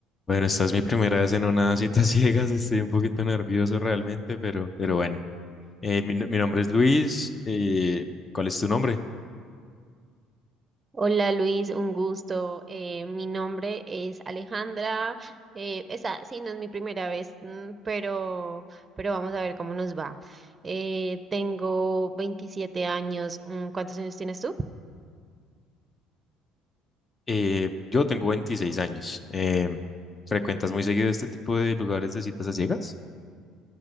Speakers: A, on the left (about 30°); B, on the right (about 25°).
A: Bueno, esta es mi primera vez en una cita <laughs> ciegas, estoy un poquito nervioso realmente, pero, pero bueno. Eh, mi, no- mi nombre es Luis, eh, ¿cuál es tu nombre?
B: Hola Luis, un gusto. Eh, mi nombre es Alejandra. Eh, esa sí no es mi primera vez, mm, pero, pero vamos a ver cómo nos va. Eh, tengo 27 años. mm, ¿Cuántos años tienes tú?
A: Eh, yo tengo 26 años. Eh, ¿frecuentas muy seguido este tipo de lugares de citas a ciegas?